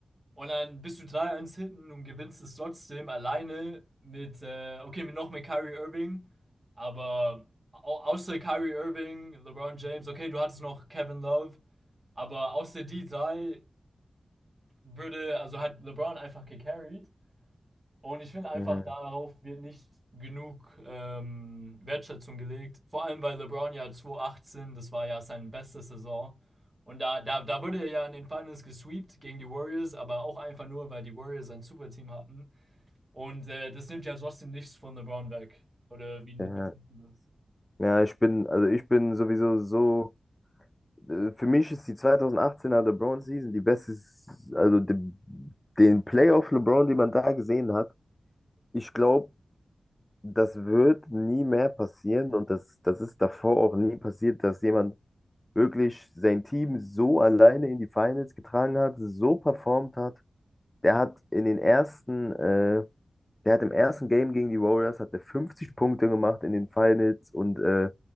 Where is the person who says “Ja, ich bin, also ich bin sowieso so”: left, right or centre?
Left